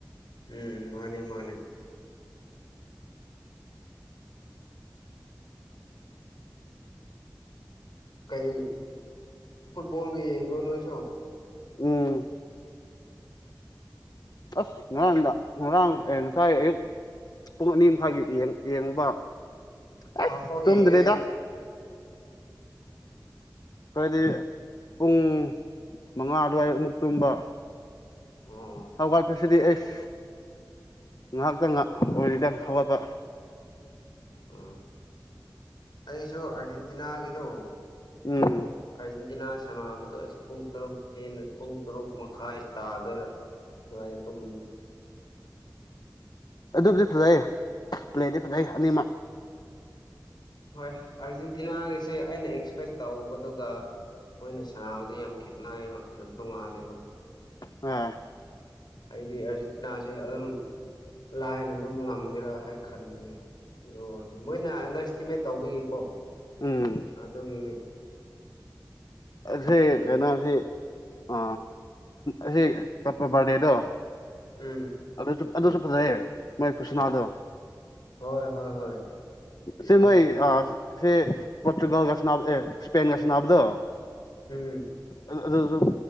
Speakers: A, on the left; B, on the left.
A: ꯎꯝ ꯃꯥꯅꯤ ꯃꯥꯅꯤ ꯀꯩ ꯐꯨꯠꯕꯣꯜꯒ ꯌꯦꯡꯕ꯭ꯔꯣ ꯅꯣꯏꯁꯨ
B: ꯎꯝ ꯑꯁ ꯉꯔꯥꯡꯗ ꯉꯔꯥꯡ ꯑꯦ ꯉꯁꯥꯏ ꯑꯌꯨꯛ ꯄꯨꯡ ꯑꯅꯤ ꯃꯈꯥꯏꯒꯤ ꯌꯦꯡ ꯌꯦꯡꯉꯕ ꯑꯦꯁ
A: ꯍꯥꯐ ꯐꯥꯎ
B: ꯇꯨꯝꯗ꯭ꯔꯦꯗ
A: ꯌꯦꯡꯉꯦ ꯑꯩ
B: ꯍꯥꯏꯗꯤ ꯄꯨꯡ ꯃꯪꯉꯥ ꯑꯗꯨꯋꯥꯏꯗꯃꯨꯛ ꯇꯨꯝꯕ
A: ꯑꯣ
B: ꯍ ꯋꯥ <unintelligible> ꯑꯁꯤꯗꯤ ꯑꯁ ꯉꯥꯏꯍꯥꯛꯇꯪ ꯉꯥꯏꯍ ꯑꯣꯏꯔꯤꯗ ꯍꯧꯒꯠꯕ
A: ꯎ ꯑꯩꯁꯨ ꯑꯥꯔꯖꯦꯟꯇꯤꯅꯥꯒꯤꯗꯣ
B: ꯎꯝ
A: ꯑꯥꯔꯖꯦꯟꯇꯤꯅꯥ ꯁꯥꯟꯅꯕꯗ‌ꯣ ꯑꯁ ꯄꯨꯡ ꯇꯔꯨꯛ ꯍꯦꯟꯅ ꯄꯨꯡ ꯇꯔꯨꯛ ꯃꯈꯥꯏ ꯇꯥꯗꯣꯔ‌ꯦ ꯑꯗꯨꯋꯥꯏꯗ ꯇꯨꯝ
B: ꯑꯗꯨꯕꯨꯗꯤ ꯐꯖꯩ ꯄ꯭ꯂꯦꯗꯤ ꯐꯖꯩ ꯑꯅꯤꯃꯛ
A: ꯍꯣꯏ ꯑꯥꯔꯖꯦꯟꯇꯤꯅꯥꯒꯤꯁꯦ ꯑꯩꯅ ꯑꯦꯛꯁꯄꯦꯛ ꯇꯧꯕꯗꯨꯒ ꯃꯣꯏꯅ ꯁꯥꯟꯅꯕꯗꯤ ꯌꯥꯝ ꯈꯦꯠꯅꯩꯌꯦꯕ ꯌꯥꯝ ꯇꯣꯉꯥꯜꯂꯦꯕ
B: ꯑ‌ꯦ
A: ꯑꯩꯗꯤ ꯑꯥꯔꯖꯦꯟꯇꯤꯅꯥꯁꯦ ꯑꯗꯨꯝ ꯂꯥꯏꯅ ꯑꯗꯨꯝ ꯉꯝꯒꯦꯔꯥ ꯍꯥꯏ ꯈꯟꯕꯅꯤ ꯑꯗ‌ꯣ ꯑꯗꯨꯝ ꯃꯣꯏꯅ ꯑꯟꯗꯔ‌ꯏꯁꯇꯤꯃꯦꯠ ꯇꯧꯕꯒꯤꯀꯣ
B: ꯎꯝ
A: ꯑꯗꯨꯒꯤꯅꯦ
B: ꯑꯁꯦ
A: ꯇꯤꯝ
B: ꯀꯩꯅꯣ ꯁꯤ ꯑ ꯑꯁꯤ ꯀꯞꯄꯕꯥꯔ‌ꯦꯗꯣ
A: ꯎꯝ
B: ꯑꯗꯨꯁꯨ ꯑꯗꯨꯁꯨ ꯐꯖꯩꯌꯦ ꯃꯣꯏ ꯈꯨꯁꯟꯅꯥꯗꯣ
A: ꯍꯣꯏ ꯍꯣꯏ ꯍꯣꯏ
B: ꯁꯤꯃꯣꯏ
A: ꯃꯣꯏꯒꯤ
B: ꯑ ꯁꯤ ꯄꯣꯔꯇꯨꯒꯜꯒ ꯁꯥꯟꯅ ꯑꯦ ꯏꯁꯄꯦꯟꯒ ꯁꯥꯟꯅꯕꯗꯣ
A: ꯎꯝ
B: ꯑ ꯑꯗꯨꯖꯨ